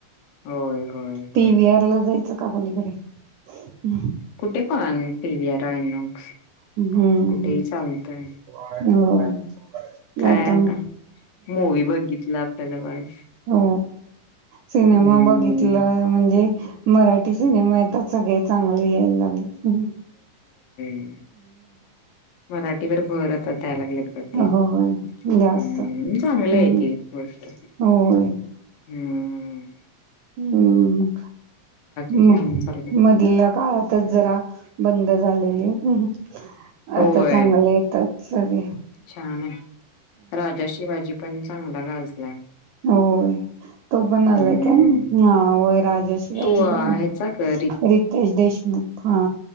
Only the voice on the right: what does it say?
पी
व्ही आर ला जायचं का पलीकडे उह
हम्म.
होय.
एकदम
हो सिनेमा
बघितलं म्हणजे मराठी सिनेमा आता सगळे चांगले यायला लागलेत, हू
होय. जास्त
हम्म.
होय. हम्म.
मग
मधल्या काळातच जरा बंद झालेल. <unintelligible>
आता चांगले येतात. सगे
होय तो पण आलाय
काय हा होय राजा शिवाजी
पण आहे
रितेश देशमुख हा